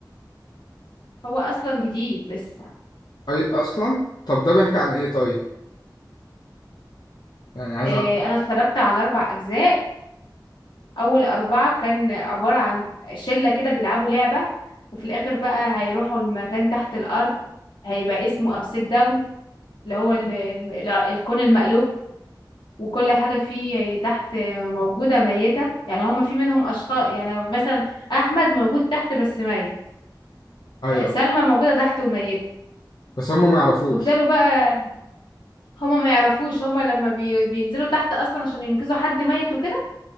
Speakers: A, on the left; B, on the left.
A: هو اصلا جديد لسه
B: أي- اصلا طب ده بيحكي عن ايه طيب يعني عايز
A: آه
B: اعرف
A: انا اتفرجت على اربع اجزاء اول اربعه كان عباره عن شله كده بيلعبوا لعبه وفي الاخر بقى هيروحوا المكان تحت الارض هيبقى اسمه ابسيد داون اللي هو ال- ال- الكون المقلوب وكل حاجة فيه تحت موجودة ميتة يعني هما في منهم أشخاص يعني مثلا أحمد موجود تحت بس ميت
B: ايوه
A: سلمى موجودة تحت وميتة
B: بس هم ما يعرفوش
A: ويفضلوا بقى هما ما يعرفوش هما لما بي بينزلوا تحت أصلا عشان ينقذوا حد ميت وكده